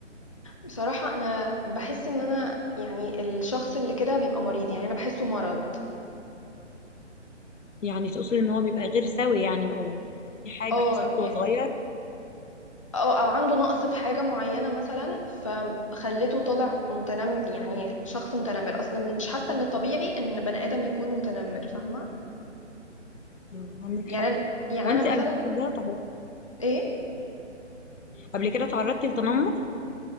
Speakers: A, on the left (about 30°); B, on the left (about 80°).
A: بصراحة انا بحس ان انا يعني الشخص اللي كده بيبقى مريض يعني انا بحسه مرض
B: يعني تقصد ان هو بيبقى غير سوي يعني او في حاجه
A: اه
B: حصلت
A: يعني-
B: وهو صغير
A: او او عنده نقص في حاجة معينة مثلا فخلته طالع متنم يعني شخص متنمر اصلا مش حاسة ان الطبيعي ان بني آدم يكون متنمر فاهمة؟
B: مم، عندك
A: يعني
B: حق
A: أنا- يعني
B: وانت
A: انا مثلا
B: قبل كده طب-
A: ايه
B: قبل كده تعرضتي للتنمر